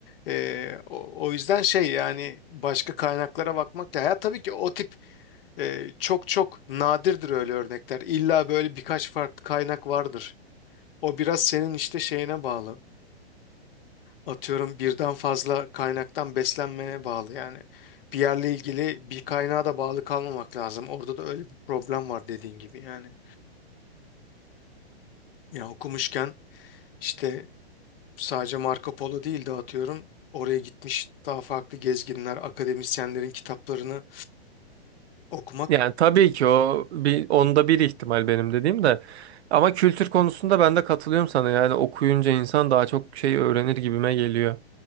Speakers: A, on the left; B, on the right.
A: eee, o, o yüzden şey yani başka kaynaklara bakmak da ya tabii ki o tip Ee, çok çok nadirdir öyle örnekler. İlla böyle birkaç farklı kaynak vardır. O biraz senin işte şeyine bağlı. Atıyorum birden fazla kaynaktan beslenmene bağlı yani. Bir yerle ilgili bir kaynağa da bağlı kalmamak lazım. Orada da öyle bir problem var dediğin gibi yani. Ya okumuşken işte sadece Marco Polo değil de atıyorum oraya gitmiş daha farklı gezginler, akademisyenlerin kitaplarını okumak
B: Yani tabii ki o bir, onda bir ihtimal benim dediğim de. Ama kültür konusunda ben de katılıyorum sana. Yani okuyunca insan daha çok şey öğrenir gibime geliyor.